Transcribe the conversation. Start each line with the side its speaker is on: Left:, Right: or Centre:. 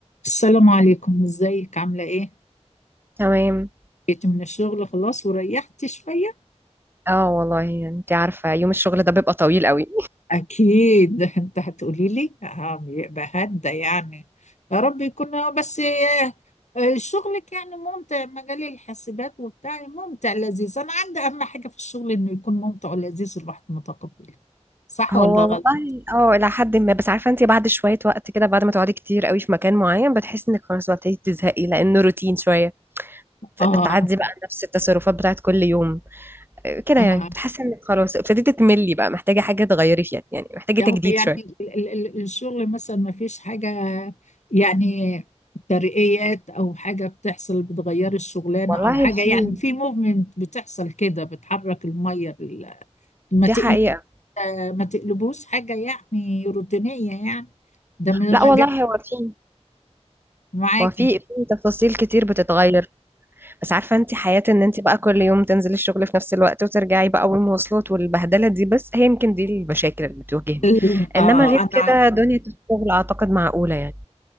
Left: السلام عليكم ازيك عاملة ايه؟
Right: تمام
Left: جيت من الشغل خلاص وريحت شوية؟
Right: اه والله انت عارفة يوم الشغل ده بيبقى طويل قوي
Left: أكيد <laughs> انت هتقولي لي آه، بيبقى هدى يعني يا رب يكون آه، بس آه، آه، شغلك يعني ممتع مجال الحاسبات وبتاع ممتع لذيذ أنا عندي أهم حاجة في الشغل إنه يكون ممتع ولذيذ الواحد متقبله صح
Right: هو
Left: ولا
Right: والله
Left: غلط؟
Right: اه الى حد ما بس عارفة انت بعد شوية وقت كده بعد ما تقعدي كتير قوي في مكان معين بتحسي انك خلاص بتبتدي تزهقي لانه روتين شوية
Left: آه
Right: بتعدي بقى نفس التصرفات بتاعت كل يوم آه، كده يعني
Left: آه
Right: بتحسي انك خلاص ابتديتي تملي بقى محتاجة حاجة تغيري فيها يعني محتاجة تجديد
Left: هو يعني
Right: شوية
Left: ال- ال- ال- الشغل مثلا ما فيش حاجة يعني ترقيات أو حاجة بتحصل بتغير الشغلانة
Right: والله
Left: أو حاجة
Right: في
Left: يعني في موفمنت بتحصل كده بتحرك المية ال- ما
Right: دي
Left: تقل-
Right: حقيقة
Left: ما تقلبوش حاجة يعني روتينية يعني ده من المجال
Right: لا والله هو في
Left: معاكي
Right: هو في في تفاصيل كتير بتتغير بس عارفة انت حياة ان انت بقى كل يوم تنزلي الشغل في نفس الوقت وترجعي بقى والمواصلات والبهدلة دي بس هي يمكن دي المشاكل اللي بتواجهني
Left: ال-
Right: انما
Left: اه
Right: غير
Left: أنا
Right: كده
Left: عارفة
Right: دنيا الشغل اعتقد معقولة يعني